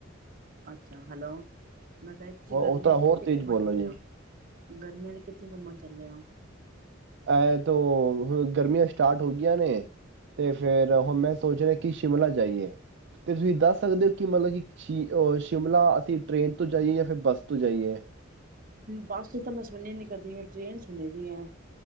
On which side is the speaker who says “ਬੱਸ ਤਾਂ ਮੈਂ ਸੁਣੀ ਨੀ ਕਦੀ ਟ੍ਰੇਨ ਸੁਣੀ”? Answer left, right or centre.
Right